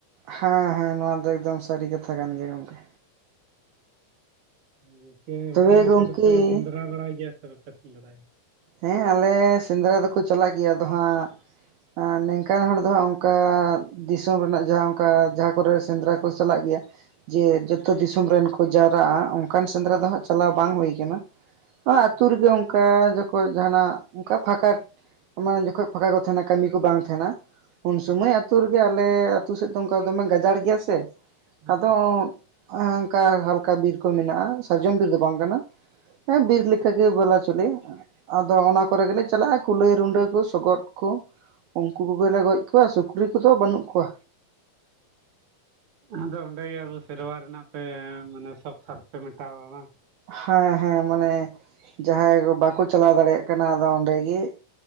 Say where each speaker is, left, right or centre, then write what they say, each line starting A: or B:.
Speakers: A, on the right; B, on the right.
A: ᱦᱮᱸ ᱦᱮᱸ ᱱᱚᱣᱟ ᱫᱚ ᱮᱠᱫᱚᱢ ᱥᱟᱹᱨᱤ ᱠᱟᱛᱷᱟ ᱠᱟᱱ ᱜᱮᱭᱟ ᱜᱚᱝᱠᱮ᱾
B: ᱮ ᱚᱠᱮ
A: ᱛᱚᱵᱮ
B: ᱚᱱᱠᱟ ᱫᱚ
A: ᱜᱚᱢᱠᱮ
B: ᱟᱯᱮ ᱫᱚᱯᱮ ᱥᱮᱸᱫᱽᱨᱟ ᱵᱟᱲᱟᱭ ᱜᱮᱭᱟ᱾ ᱥᱮ ᱵᱟᱯᱮ ᱥᱮᱸᱫᱽᱨᱟᱭᱟ᱾
A: ᱦᱮᱸ ᱟᱞᱮ ᱥᱮᱸᱫᱽᱨᱟ ᱫᱚᱠᱚ ᱪᱟᱞᱟᱜ ᱜᱮᱭᱟ ᱟᱫᱚ ᱦᱟᱸᱜ᱾ ᱱᱝᱠᱟᱱ ᱦᱚᱲ ᱫᱚ ᱦᱟᱸᱜ ᱚᱱᱠᱟ ᱫᱤᱥᱚᱢ ᱨᱮᱱᱟᱜ ᱡᱟᱦᱟᱸ ᱚᱱᱠᱟ ᱡᱟᱦᱟᱸ ᱠᱚᱨᱮᱜ ᱥᱮᱸᱫᱽᱨᱟ ᱠᱚ ᱪᱟᱞᱟᱜ ᱜᱮᱭᱟ᱾ ᱡᱮ
B: ᱦᱩᱸ
A: ᱡᱚᱛᱚ ᱫᱤᱥᱚᱢ ᱨᱮᱱ ᱠᱚ ᱡᱟᱣᱨᱟᱜᱼᱟ ᱚᱱᱠᱟᱱ ᱥᱮᱸᱫᱽᱨᱟ ᱫᱚ ᱦᱟᱸᱜ ᱪᱟᱞᱟᱣ ᱵᱟᱝ ᱦᱩᱭ ᱠᱟᱱᱟ᱾ ᱮ ᱟᱛᱩ
B: ᱦᱩᱸ
A: ᱨᱮᱜᱮ ᱚᱱᱠᱟ ᱡ ᱛᱟᱯᱚᱨ ᱡᱟᱦᱟᱱᱟᱜ ᱚᱱᱠᱟ ᱯᱷᱟᱸᱠᱟ ᱚᱱᱟ ᱡᱚᱠᱷᱚᱱ ᱯᱷᱟᱸᱠᱟ ᱠᱚ ᱛᱟᱦᱮᱱᱟ ᱠᱟᱹᱢᱤ ᱠᱚ ᱵᱟᱝ ᱛᱟᱦᱮᱱᱟ᱾ ᱩᱱ ᱥᱩᱚᱢᱚᱭ
B: ᱦᱩᱸ
A: ᱟᱹᱛᱩ ᱨᱮᱜᱮ ᱟᱞᱮ ᱟᱹᱛᱩ ᱥᱮᱫ ᱫᱚ ᱚᱱᱠᱟ ᱫᱚᱢᱮ ᱜᱟᱡᱟᱲ ᱜᱮᱭᱟ ᱥᱮ ᱟᱫᱚ᱾
B: ᱟᱪᱪᱷᱟ ᱟᱪᱪᱷᱟ
A: ᱚᱱᱠᱟ ᱦᱟᱞᱠᱟ ᱵᱤᱨ ᱠᱚ ᱢᱮᱱᱟᱜᱼᱟ ᱥᱟᱨᱡᱚᱢ ᱵᱤᱨ ᱫᱚ ᱵᱟᱝ ᱠᱟᱱᱟ᱾ ᱦᱮᱸ ᱵᱤᱨ ᱞᱮᱠᱟ
B: ᱦᱩᱸ
A: ᱜᱮ ᱵᱚᱞᱟ ᱪᱚᱞᱮ᱾ ᱟᱫᱚ ᱚᱱᱟ ᱠᱚᱨᱮ ᱜᱮᱞᱮ ᱪᱟᱞᱟᱜᱼᱟ ᱠᱩᱞᱟᱹᱭ ᱨᱩᱰᱟᱹ ᱠᱚ ᱥᱚᱜᱚᱫ ᱠᱚ ᱩᱱᱠᱩ ᱠᱚᱜᱮ ᱞᱮ ᱜᱚᱡᱽ ᱠᱚᱣᱟ ᱥᱩᱠᱨᱤ ᱠᱚᱫᱚ ᱵᱟᱹᱱᱩᱜ ᱠᱚᱣᱟ᱾
B: ᱟᱫᱚ ᱚᱸᱰᱮ ᱜᱮ ᱟᱵᱚ ᱥᱮᱨᱣᱟ ᱨᱮᱱᱟᱜ ᱯᱮ ᱢᱟᱱᱮ ᱥᱚᱠ <unintelligible> ᱯᱮ ᱢᱮᱴᱟᱣᱟ ᱵᱟᱝ?
A: ᱦᱮᱸ ᱦᱮᱸ ᱢᱟᱱᱮ ᱡᱟᱦᱟᱸᱭ ᱵᱟᱠᱚ ᱪᱟᱞᱟᱣ ᱫᱟᱲᱮᱭᱟᱜ ᱠᱟᱱᱟ ᱟᱫᱚ ᱚᱸᱰᱮ ᱜᱮ